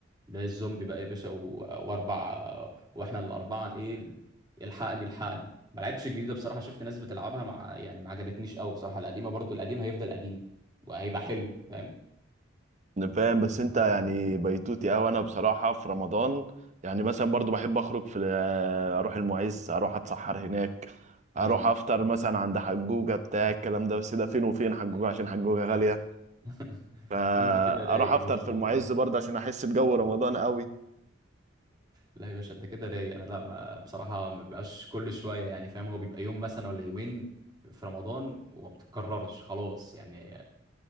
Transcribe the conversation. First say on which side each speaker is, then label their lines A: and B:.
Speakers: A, on the right; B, on the right.
A: لا الزومبي بقى يا باشا و... واربع واحنا الاربعه ايه الحقني الحقني ما لعبتش الجديده بصراحه شفت ناس بتلعبها مع يعني ما عجبتنيش قوي بصراحه القديمه برضو القديم هيفضل قديم وهيبقى حلو فاهم
B: أنا فاهم بس انت يعني بيتوتي اوي انا بصراحه في رمضان يعني مثلا برضو بحب اخرج في اروح المعز اروح اتسحر هناك
A: امم
B: اروح افطر مثلا عند حجوجه بتاع الكلام ده بس ده فين وفين حجوجه
A: أي-
B: عشان حجوجه
A: لا يا باشا
B: غاليه
A: انت <laughs>
B: فاروح
A: لا انت كده رايق يا
B: افطر
A: باشا
B: في المعز
A: والله
B: برضه عشان احس بجو رمضان قوي
A: لا يا باشا انت كده رايق انا لا ما بصراحه ما بيبقاش كل شويه يعني فاهم هو بيبقى يوم مثلا ولا يومين في رمضان وما بتتكررش خلاص يعني